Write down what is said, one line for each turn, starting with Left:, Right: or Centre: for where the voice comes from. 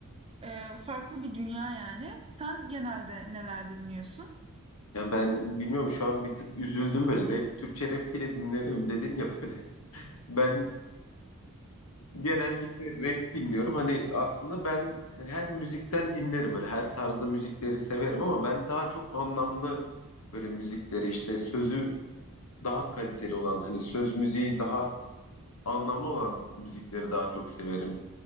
Right: E, farklı bir dünya yani. Sen genelde neler dinliyorsun?
Left: Ya ben bilmiyorum şu an bir tık üzüldüm böyle. Rap, Türkçe rap bile dinlerim dedin ya böyle. <laughs> Ben genellikle rap dinliyorum. Hani aslında ben her müzikten dinlerim böyle. Her tarzda müzikleri severim ama ben daha çok anlamlı böyle müzikleri işte sözü daha kaliteli olan hani söz müziği daha anlamlı olan müzikleri daha çok severim.